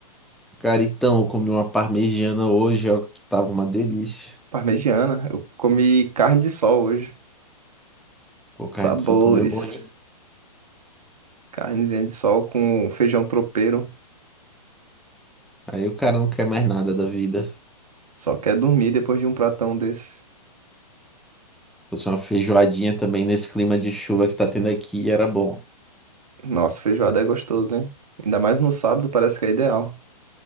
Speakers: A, in the centre; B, on the right.
A: Cara, então, eu comi uma parmegiana hoje, ó, que tava uma delícia.
B: Parmegiana. Eu comi carne de sol hoje.
A: Pô, carne
B: Sabores.
A: de sol também é bom, hein?
B: Carnezinha de sol com feijão tropeiro.
A: Aí o cara não quer mais nada da vida. Se
B: Só quer dormir depois de um pratão desse.
A: Fosse uma feijoadinha também nesse clima de chuva que tá tendo aqui, era bom.
B: Nossa, feijoada é gostoso, hein? Ainda mais no sábado, parece que é ideal.